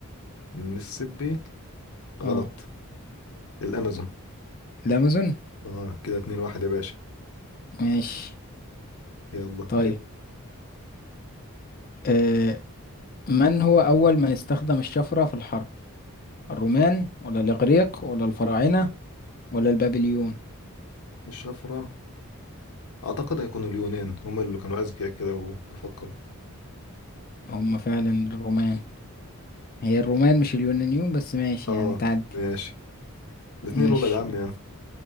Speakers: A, on the left (about 80°); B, on the left (about 40°).
A: المسيسيبي غلط
B: اه
A: الامازون
B: الامازون
A: اه كده اتنين واحد يا باشا
B: ماشي
A: يلا
B: طيب
A: اب
B: آه. من هو اول من استخدم الشفرة في الحرب الرومان ولا الاغريق ولا الفراعنة ولا البابليون
A: الشفرة اعتقد هيكونوا اليونان هما اللي كانوا اذكياء كده وبيفكروا
B: هم فعلا الرومان هي الرومان مش اليونانيون بس ماشي
A: اه
B: يعني تعدي
A: ماشي الاتنين
B: ماشي
A: ولاد عم يعني